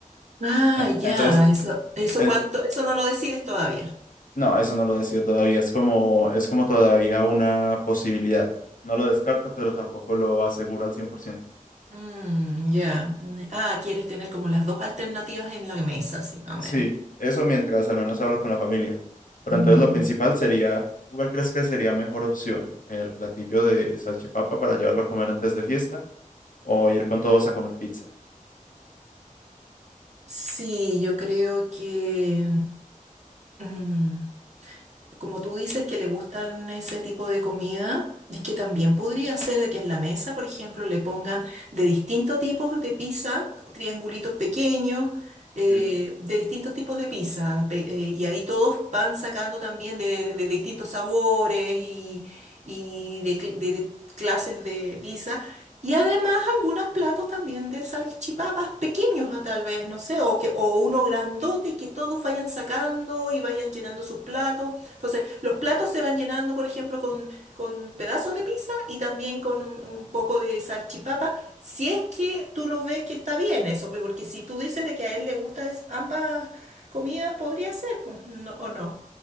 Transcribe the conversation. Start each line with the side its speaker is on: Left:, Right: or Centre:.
Right: Ah,
Left: En-
Right: ya,
Left: entonces,
Right: eso, eso
Left: eh,
Right: cuánto, eso no lo decides todavía.
Left: no, eso no lo decido todavía. Es como, es como todavía una posibilidad. No lo descarto, pero tampoco lo aseguro al 100%.
Right: Mm, ya. Mm, Ah, quieres tener como las dos alternativas en la mesa, sí, más o
Left: Sí,
Right: menos.
Left: eso mientras al menos hablo con la familia. Pero
Right: Mm,
Left: entonces lo principal sería, ¿tú ¿cuál crees que sería mejor opción? ¿El platillo de salchipapa para llevarlo a comer antes de fiesta? o ir con todos a comer pizza.
Right: sí, yo creo que mm, como tú dices que le gustan ese tipo de comida, es que también podría ser de que en la mesa, por ejemplo, le pongan de distintos tipos de pizza, triangulitos pequeños, eh,
Left: Sí,
Right: de distintos tipos de pizza, pe- eh, y ahí todos van sacando también de, de distintos sabores y, y de, cl- de- de clases de pizza. Y además, algunos platos también de salchipapas pequeños, a tal vez, no sé, o, que, o uno grandote que todos vayan sacando y vayan llenando sus platos. Entonces, los platos se van llenando, por ejemplo, con, con pedazos de pizza y también con un, un poco de salchipapa, si es que tú lo ves que está bien eso, pues, porque si tú dices de que a él le gustan es- ambas comidas, podría ser, pues, no, o no.